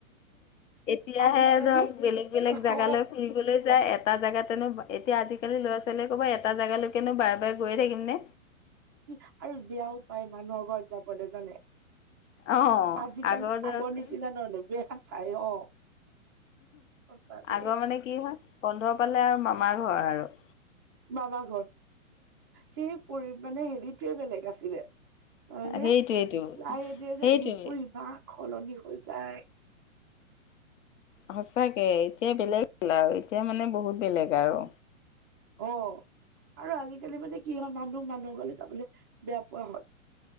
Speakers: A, on the left; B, on the right.
A: এতিয়াহে
B: আজিকালি
A: ধৰক বেলেগ বেলেগ জেগালে
B: অ
A: ফুৰিবলৈ যায় এটা জেগাতেনো এতিয়া আজিকালি ল'ৰা- ছোৱালীয়ে ক'ব এটা জেগালৈকেনো বাৰে বাৰে গৈয়ে থাকিমনে
B: কি আৰু বেয়াও পায় মানুহৰ ঘৰত যাবলে জানে
A: অ'
B: আজিকালি
A: ধৰকচোন
B: আগৰ নিচিনা নহয় ন বেয়া পাই অ সঁচা দে
A: আগৰ মানে কি হয় বন্ধ পালে আৰু মামা ঘৰ আৰু
B: মামা ঘৰ সেই পৰি মানে হেৰিটোৱে বেলেগ আছিলে হয়নে
A: সেইটোৱেইটো
B: নাই এতিয়া
A: সেইটোৱে
B: যে দিনবোৰ ইমান সলনি হৈ যায়
A: সঁচাকে এতিয়া বেলেগ হল আৰু এতিয়া মানে বহুত বেলেগ আৰু
B: অ আৰু আজিকালি মানে কি হয় মানুহ মানুহ ঘৰলে যাবলে বেয়া পোৱা হয়